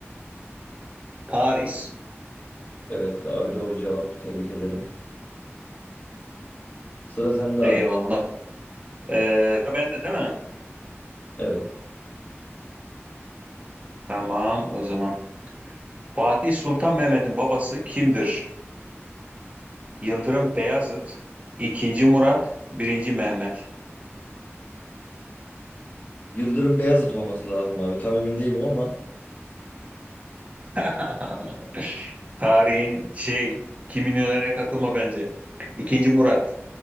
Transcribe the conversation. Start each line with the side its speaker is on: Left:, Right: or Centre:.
Right: Paris.
Left: Evet abi doğru cevap. Tebrik ederim. Sıra sende
Right: Eyvallah.
Left: abi.
Right: Ee, ben de değil mi?
Left: Evet.
Right: Tamam o zaman. Fatih Sultan Mehmet'in babası kimdir? Yıldırım Beyazıt, ikinci Murat, birinci Mehmet.
Left: Yıldırım Beyazıt olması lazım abi. Tam emin değilim ama
Right: <laughs> Tarihin şey, Kim Milyonere katılma bence. İkinci Murat.